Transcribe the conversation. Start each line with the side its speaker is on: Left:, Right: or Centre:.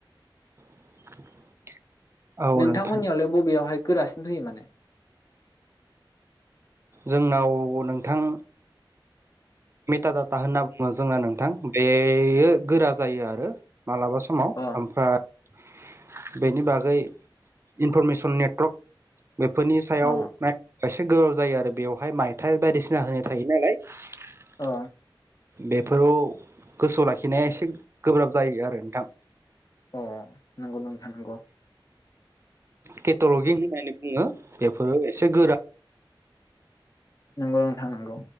Right: <inaudible>
Left: नोंथांमोननियावलाय
Right: नोंथां
Left: बबेयावहाय गोरासिन फैयो माने
Right: जोंनाव नोंथां मेटा दाता होनना बुङो जोङा नोंथां बेयो गोरा जायो आरो मालाबा समाव
Left: अ
Right: ओमफ्राय बेनि बागै इनफरमेसन नेट्रक बेफोरनि सायाव
Left: अ
Right: नाय एसे गोबाव जायो आरो बेवहाय माइ थाय बायदिसिना होनाय थायो नालाय <unintelligible>
Left: अ
Right: बेफोरौव गोसोआव लाखिनाया एसे गोब्राब जायो आरो नोंथां
Left: अ नोंगौ नोंथा नोंगौ
Right: केटलगि होननानै बुङो बेफोरो एसे गोरा
Left: नोंगौ नोंथां नांगौ